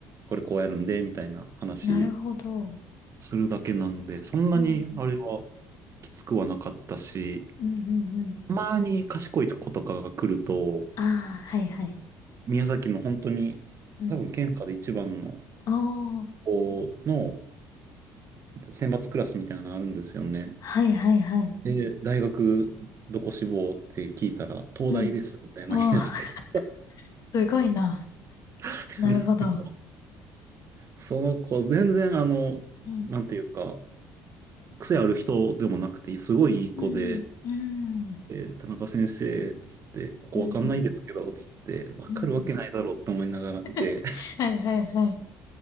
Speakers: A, on the right (about 45°); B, on the left (about 60°).
A: これこうやるんで、みたいな話
B: なるほど。
A: するだけなんで、そんなにあれは
B: うんうん。
A: きつくはなかったし、
B: うんうんうん。
A: たまに賢い子とかが来ると、
B: ああ、はいはい。
A: 宮崎の本当に、
B: うん。
A: 多分県下で一番の
B: ああ、
A: 子の選抜クラスみたいなのがあるんですよね。
B: はいはいはい。
A: で、大学どこ志望って聞いたら、東大ですみたいな言い出して、
B: うん。おー、<laughs> すごいな。
A: <laughs>
B: なるほど。
A: その子、全然あの、
B: うん。
A: なんていうか、癖ある人でもなくて、すごいいい子で、
B: うん、うん、
A: えー田中先生、つって、ここわかんないですけど、
B: うん、うん、
A: つって、わかるわけないだろうと思いながら見て、
B: うん、うん。<laughs> はいはいはい。